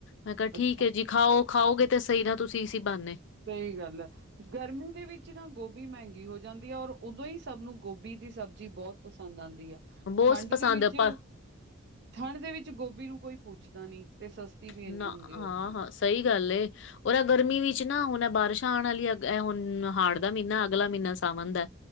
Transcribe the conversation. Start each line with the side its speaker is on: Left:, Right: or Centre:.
Left: ਮੈਂ ਕਿਹਾ ਠੀਕ
Right: ਅੱਛਾ।
Left: ਐ ਜੀ। ਖਾਓ ਖਾਓਗੇ ਤੇ ਸਹੀ ਤੁਸੀਂ ਇਸੀ ਬਾਨੇ।
Right: ਸਹੀ ਗੱਲ ਐ। ਗਰਮੀ ਦੇ ਵਿੱਚ ਨਾ ਗੋਭੀ ਮਹਿੰਗੀ ਹੋ ਜਾਂਦੀ ਆ ਔਰ ਉਦੋਂ ਹੀ ਸਭ ਨੂੰ ਗੋਭੀ ਦੀ ਸਬਜ਼ੀ ਬਹੁਤ ਪਸੰਦ ਆਉਂਦੀ ਆ।
Left: ਬਹੁਤ
Right: ਠੰਡ
Left: ਪਸੰਦ
Right: ਦੇ ਵਿੱਚ,
Left: ਆ।
Right: ਠੰਡ ਦੇ ਵਿੱਚ ਗੋਭੀ ਨੂੰ ਕੋਈ ਪੁੱਛਦਾ ਨੀ ਤੇ ਸਸ ਵੀ ਇੰਨੀ
Left: ਨਾ
Right: ਹੁੰਦੀ
Left: ਹਾਂ
Right: ਉਸ ਟਾਈਮ।
Left: ਹਾਂ ਸਹੀ ਗੱਲ ਏ। ਉਦਾਂ ਗਰਮੀ ਵਿੱਚ ਨਾ ਹੁਣ ਬਾਰਿਸ਼ਾਂ ਆਉਣ ਵਾਲੀਆਂ ਅ ਹੁਣ ਹਾੜ ਦਾ ਮਹੀਨਾ ਅਗਲਾ ਮਹੀਨਾ ਸਾਵਨ ਦਾ ਹੈ।